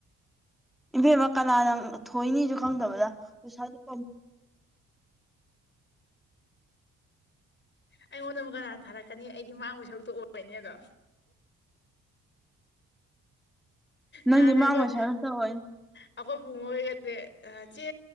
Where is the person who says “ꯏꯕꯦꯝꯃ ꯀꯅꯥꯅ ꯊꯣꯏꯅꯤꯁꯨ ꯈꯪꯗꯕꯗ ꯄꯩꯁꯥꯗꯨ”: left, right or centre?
Centre